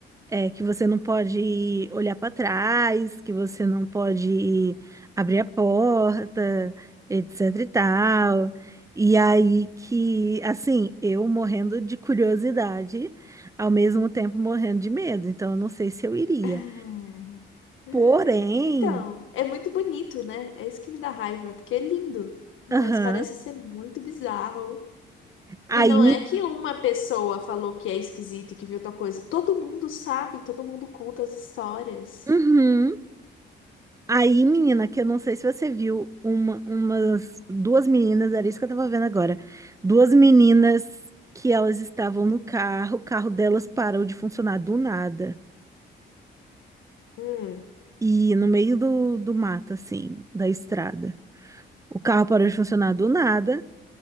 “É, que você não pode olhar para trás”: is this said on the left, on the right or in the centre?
Right